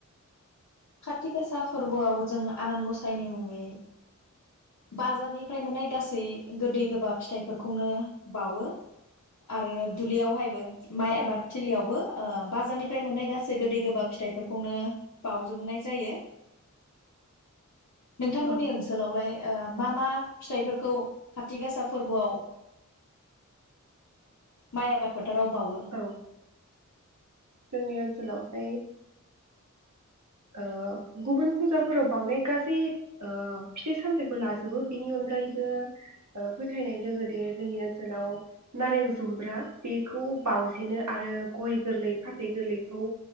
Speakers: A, on the left; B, on the right.
A: खाथि गासा फोरबोआव जों आनान गसायनि मुङै बाजारनिफ्राय मोननाय गासै गोदै गोबाब फिथाइफोरखौनो बावो आरो दुब्लियावहायबो माइ
B: औ
A: आबाद थिलियावबो ओ बाजारनिफ्राय मोननाय गासै गोदै गोबाब फिथाइफोरखौनो बाव जोबनाय जायो। नोंथांमोननि
B: औ
A: ओनसोलावलाय ओ मा मा फिथाइफोरखौ खाथि गासा फोरबोआव माइ आबादफो थाराव बावो?
B: औ जोंनि ओनसोलावहाय ओ गुबुन फुजाफोराव बावनाय गासै ओ फिथाइ सामथाइखौ लाजोबो बेनि अनगायैबो ओ फोथायनाय दोङो दे जोंनि ओनसोलाव नारें जुम्ब्रा बेखौ बाउजेनो आरो गय गोरलै फाथै गोरलैखौ